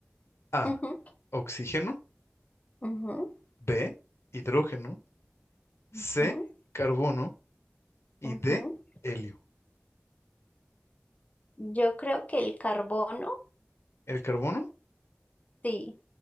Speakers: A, on the left (about 85°); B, on the left (about 35°).
A: A,
B: Ujú,
A: oxígeno,
B: ujú,
A: B, hidrógeno, C,
B: ujú,
A: carbono y
B: ujú.
A: D, helio.
B: Yo creo que el carbono,
A: ¿El carbono?
B: sí.